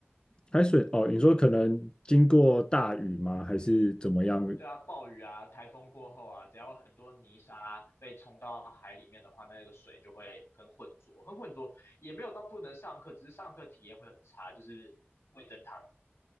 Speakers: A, on the left; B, on the left.
A: 海水哦，你说可能经过大雨吗？还是怎么样？
B: 对啊，暴雨啊，台风过后啊，只要很多泥沙被冲到海里面的话，那个水就会很浑浊，很浑浊，也没有到不能上课，只是上课体验会很差，就是味噌汤，